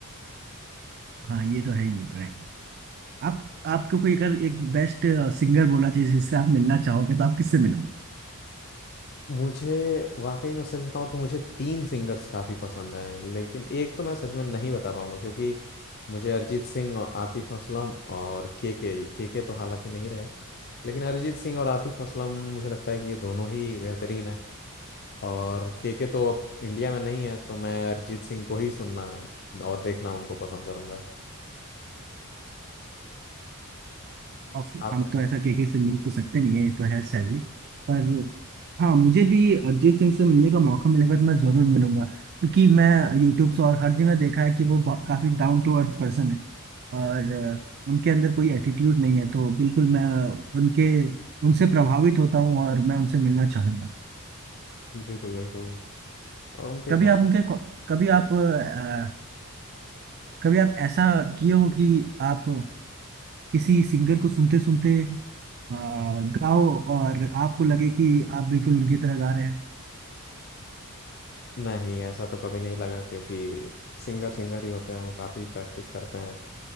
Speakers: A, on the right; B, on the left.
A: हाँ ये तो है ही, ये तो है आप आपको कोई अगर एक बेस्ट सिंगर बोला चाहिए जिससे आप मिलना चाहोगे तो आप किससे मिलोगे
B: मुझे वाकई में सच बताऊं तो मुझे तीन सिंगर्स काफी पसंद हैं लेकिन एक तो मैं सच में नहीं बता पाऊंगा क्योंकि मुझे अरिजीत सिंह और आतिफ असलम और के के के के तो हालांकि नहीं रहे लेकिन अरिजीत सिंह और आतिफ असलम मुझे लगता है कि ये दोनों ही बेहतरीन हैं और के के तो अब इंडिया में नहीं है तो मैं अरिजीत सिंह को ही सुनना और देखना उनको पसंद करूंगा
A: ऑफ
B: आप
A: हम
B: बताएं
A: तो ऐसा केके से मिल तो सकते नहीं है ये तो है शैली पर हाँ मुझे भी अरिजीत सिंह से मिलने का मौका मिलेगा तो मैं जरूर मिलूंगा क्योंकि मैं यूट्यूब से और हर जगह देखा है कि वो बहुत- काफी डाउन टू अर्थ पर्सन है और अ, उनके अंदर कोई एटीट्यूड नहीं है तो बिल्कुल मैं उनके उनसे प्रभावित होता हूँ और मैं उनसे मिलना चाहूंगा
B: बिल्कुल बिल्कुल और उनके
A: कभी
B: गाने
A: आप उनके को- कभी आप अ, कभी आप ऐसा किए हो कि आप किसी सिंगर को सुनते सुनते गाओ और आपको लगे कि आप बिल्कुल उनकी तरह गा रहे हैं
B: नहीं ऐसा तो कभी नहीं लगा क्योंकि सिंगर सिंगर ही होते हैं वो काफी प्रैक्टिस करते हैं